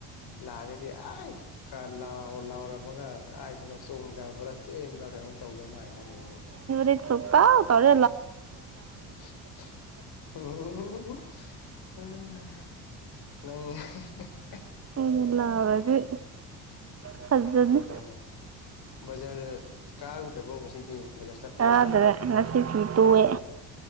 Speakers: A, on the left (about 55°); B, on the right (about 35°).
A: ꯂꯥꯛꯑꯒꯗꯤ ꯑꯩ ꯈꯔ ꯂꯥꯎ ꯂꯥꯎꯔ ꯃꯪꯒꯥ ꯀꯥꯏꯗꯩꯅꯣ ꯆꯣꯡꯊꯕ꯭ꯔꯥ ꯆꯦꯟꯕ꯭ꯔꯥ ꯀꯩꯅꯣꯝ ꯇꯧꯗꯧ ꯃꯥꯥꯂꯦ ꯅꯪꯉꯤꯁꯤꯗꯤ
B: ꯆꯦ ꯆꯣꯞꯄ ꯇꯔꯦ
A: ꯑꯣ ꯑꯪ ꯅꯪ
B: ꯑ ꯂꯥꯛꯔꯗꯤ ꯐꯖꯅꯤ
A: ꯎꯝ ꯕꯖꯥꯔ ꯀꯥꯔꯨꯗ꯭ꯔꯕꯣ ꯉꯁꯤꯗꯤ ꯕꯖꯥꯔ ꯆꯠꯄ꯭ꯔꯣ
B: ꯀꯥꯗ꯭ꯔꯦ ꯉꯁꯤꯗꯤ ꯇꯣꯑꯦ